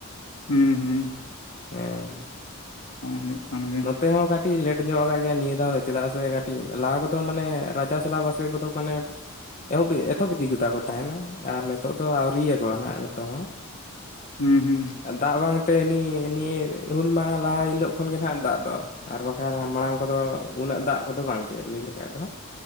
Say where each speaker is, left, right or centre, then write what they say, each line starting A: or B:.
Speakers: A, on the left (about 85°); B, on the left (about 35°).
A: ᱦᱩᱸ ᱦᱩᱸ
B: <unintelligible>
A: ᱦᱩᱭᱩᱜ ᱠᱟᱱ ᱜᱮ
B: ᱛᱮ ᱦᱚᱸ ᱠᱟᱹᱴᱤᱡ ᱞᱮᱴ ᱧᱚᱜ ᱠᱟᱜ ᱜᱮᱭᱟ ᱱᱤᱭᱟᱹ ᱫᱷᱟᱣ ᱫᱚ ᱪᱮᱫᱟᱜ ᱥᱮ ᱠᱟᱹᱴᱤᱡ ᱞᱟᱦᱟ ᱠᱚᱫᱚ ᱢᱟᱱᱮ ᱨᱟᱡᱟᱥᱟᱞᱟ ᱵᱟᱥᱠᱮ ᱠᱚᱫᱚ ᱢᱟᱱᱮ ᱮᱦᱚᱵ ᱮᱛᱚᱦᱚᱵᱤᱫᱤ ᱜᱤᱫᱟ ᱠᱚ ᱛᱟᱦᱮᱱᱟ ᱟᱨ ᱱᱮᱛᱚᱜ ᱫᱚ ᱟᱹᱣᱨᱤᱭᱟᱠᱚ ᱱᱟᱦᱟᱜ ᱱᱤᱛᱚᱜ ᱦᱚᱸ
A: ᱦᱩᱸ ᱦᱩᱸ
B: ᱫᱟᱜ ᱵᱟᱝᱛᱮ ᱱᱤᱭᱮ ᱱᱤᱭᱮ ᱦᱩᱞ ᱢᱟᱦᱟ ᱞᱟᱦᱟ ᱦᱤᱞᱳᱜ ᱠᱷᱚᱱ ᱜᱮ ᱦᱟᱱ ᱫᱟᱜ ᱫᱚ ᱟᱨ ᱵᱟᱠᱷᱟᱱ ᱢᱟᱲᱟᱝ ᱠᱚᱫᱚ ᱩᱱᱟᱹᱜ ᱫᱟᱜ ᱠᱚᱫᱚ ᱵᱟᱝᱜᱮ ᱞᱟᱹᱭ ᱞᱮᱠᱷᱟᱡ ᱫᱚ